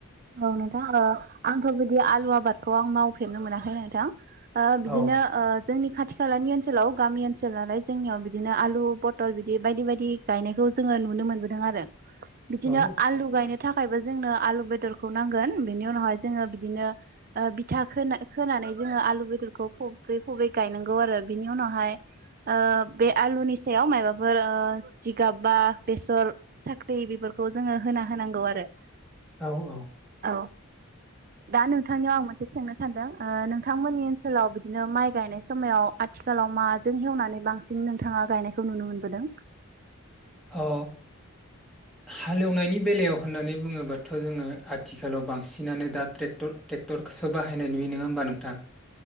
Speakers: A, on the right (about 40°); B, in the centre.
A: औ नोंथां ओ आंथ' बिदि आलु आबादखौ आं मावफेरनो मोनाखै नोंथां। ओ बिदिनो
B: औ
A: ओ जोंनि खाथि खालानि ओनसोल लाव गामि ओनसोल नालाय जोंनियाव बिदिनो आलु पटल बिदि बायदि बायदि गायनायखौ जोङो नुनो मोनबोदों आरो बिदिनो
B: औ
A: आलु गायनो था खायबो जोंनो आलु बेदर खौ नांगोन बेनि उनावहाय जोङो बिदिनो ओ बिथा खोना-खोनानै जोङो आलु बेदरखौ फबै फबै गायनांगौ आरो बिनि उनावहाय ओ बे आलुनि सायाव माबाफोर ओ जिगाब बा बेसर साख्रि बेफोरखौ जोङो होना होनांगौ आरो
B: औ औ
A: औ दा नोंथांनियाव आं मोनसे सोंनो सानदों ओ नोंथांमोननि ओनसोलाव बिदिनो माइ गायनाय समायाव आथिखालाव माजों एवनानै बांसिन नोंथाङा गायनायखौ नुनो मोनबोदों?
B: अ ओ हालेवनायनि बेलायाव होननानै बुङोबाथ' जोङो आथिखालाव बांसिनानो दा ट्रेकटर टेक्टरखौसो बाहायनाय नुयो नङा होमबा नोंथां?